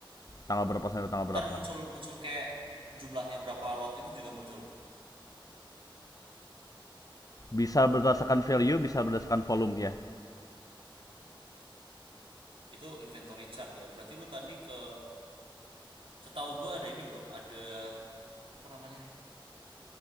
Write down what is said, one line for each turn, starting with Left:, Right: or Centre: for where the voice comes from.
Left: tanggal berapa sampai tanggal
Right: ntar
Left: berapa.
Right: muncul muncul kayak jumlahnya berapa lot itu juga muncul.
Left: Bisa berdasarkan value, bisa berdasarkan volume ya.
Right: Itu inventory chart ya. Berarti lu tadi ke setahu gue ada ini bro, ada apa namanya?